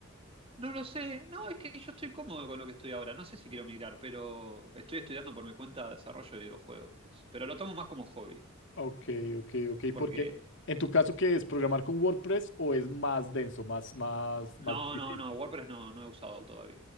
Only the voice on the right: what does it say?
no lo sé. No, es que yo estoy cómodo con lo que estoy ahora. No sé si quiero migrar, pero estoy estudiando por mi cuenta desarrollo de videojuegos. Pero lo tomo más como hobby,
porque
No,
no, no, WordPress no, no he usado todavía.